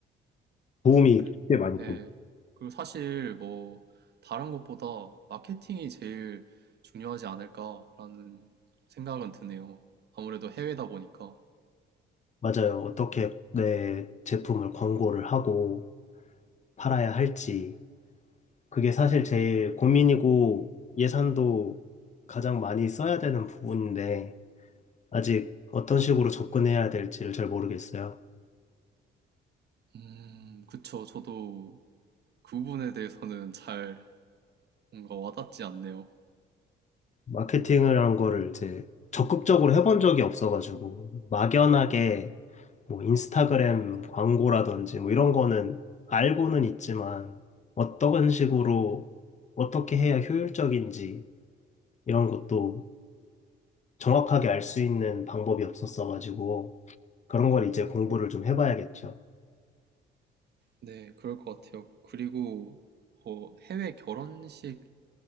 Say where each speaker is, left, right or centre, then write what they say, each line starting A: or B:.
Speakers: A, on the left; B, on the right.
A: 도움이
B: 그리고,
A: 꽤 많이
B: 예,
A: 됩니다.
B: 그리고 사실 뭐 다른 것보다 마케팅이 제일 중요하지 않을까라는 생각은 드네요. 아무래도 해외다 보니까.
A: 맞아요. 어떻게 내 제품을 광고를 하고 팔아야 할지. 그게 사실 제일 고민이고 예산도 가장 많이 써야 되는 부분인데 아직 어떤 식으로 접근해야 될지를 잘 모르겠어요.
B: 음, 그쵸. 저도 그 부분에 대해서는 잘 뭔가 와닿지 않네요.
A: 마케팅을 한 거를 이제 적극적으로 해본 적이 없어가지고, 막연하게 뭐 인스타그램 광고라든지 뭐 이런 거는 알고는 있지만, 어떤 식으로 어떻게 해야 효율적인지 이런 것도 정확하게 알 수 있는 방법이 없었어가지고, 그런 걸 이제 공부를 좀 해봐야겠죠.
B: 네, 그럴 것 같아요. 그리고 어, 해외 결혼식,